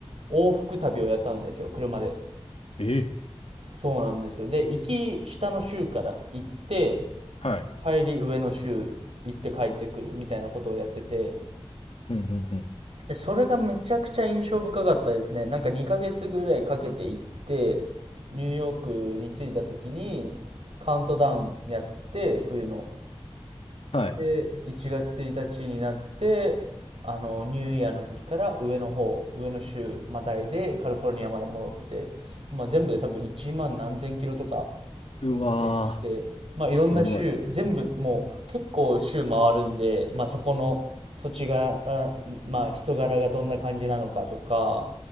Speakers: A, on the right; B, on the left.
A: 往復旅をやったんですよ、車で。
B: ええ
A: そうなんですよ。で、行き下の州から行って、
B: はい。
A: 帰り上の州行って帰ってくるみたいなことをやってて、
B: うん、うん、うん。
A: でそれがめちゃくちゃ印象深かったですねなんか2ヶ月ぐらいかけて行ってニューヨークに着いた時にカウントダウンやって冬の
B: はい。
A: で1月1日になってあのニューイヤーの時から上の方上の州またいでカリフォルニアまで戻って、まあ、全部で多分1万何千キロとか
B: うわ
A: 運転して、まあ、いろんな州、
B: ー、すごい。
A: 全部もう結構州回るんで、まあ、そこの土地が、まあ、人柄がどんな感じなのかとか、